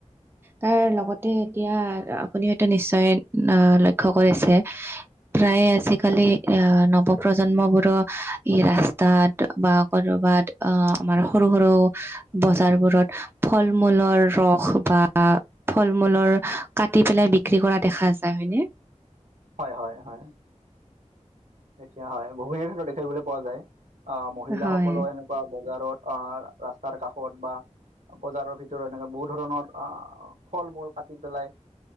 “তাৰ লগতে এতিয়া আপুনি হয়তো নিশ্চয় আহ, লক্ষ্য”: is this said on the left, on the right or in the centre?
Right